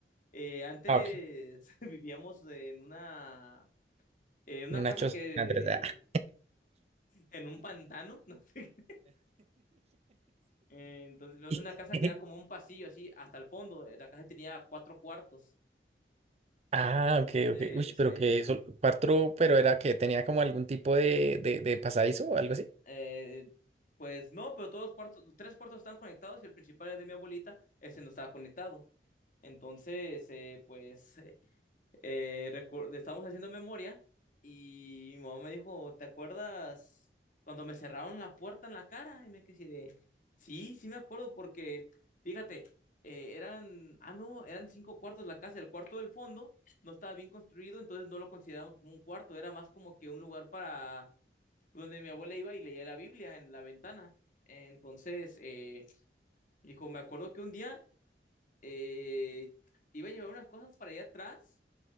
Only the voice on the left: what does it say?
Eh, antes
<laughs> vivíamos en una, en una
casa
que
en un pantano, <laughs> no sé. Eh, Entonces vimos una
casa que era como un pasillo así hasta el fondo. Eh, La casa tenía cuatro cuartos.
Entonces,
eh,
eh, pues no, pero todos los cuartos, tres cuartos estaban conectados y el principal era de mi abuelita, ese no estaba conectado. Entonces, eh, pues Eh, recu- estábamos haciendo memoria y mi mamá me dijo, ¿te acuerdas cuando me cerraron la puerta en la cara? Y me quedé así de, sí, sí me acuerdo porque, fíjate, eh, eran, ah, no, eran cinco cuartos la casa, el cuarto del fondo no estaba bien construido, entonces no lo considerábamos como un cuarto, era más como que un lugar para donde mi abuela iba y leía la Biblia en la ventana. Entonces, eh, dijo, me acuerdo que un día eh, iba a llevar unas cosas para allá atrás